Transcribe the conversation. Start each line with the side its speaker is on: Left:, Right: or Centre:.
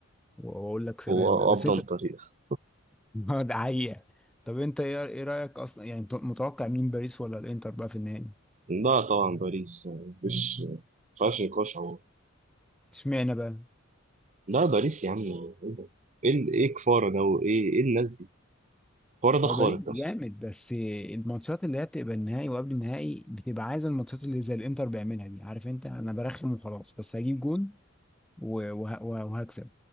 Centre: واقول لك سلام
Right: هو
Centre: بقى بس
Right: أفضل
Centre: انت
Right: طريق
Centre: <laughs> ده حقيقة طب انت ايه إيه رأيك اصلا يعني انت متوقع مين باريس ولا الانتر بقى في النهائي
Right: لا طبعا باريس يعني مفيش مفيهاش نقاش عموما
Centre: اشمعنى بقى
Right: لا باريس يا عم ايه ده؟ ايه إيه كفارة ده وايه ايه الناس دي كفارة ده
Centre: هو
Right: خارق
Centre: باريس
Right: اصلا
Centre: جامد بس الماتشات اللي هي بتبقى النهائي وقبل النهائي بتبقى عايزة الماتشات اللي زي الانتر بيعملها دي عارف انت انا برخم وخلاص بس هجيب جون و- وه- وه- وهكسب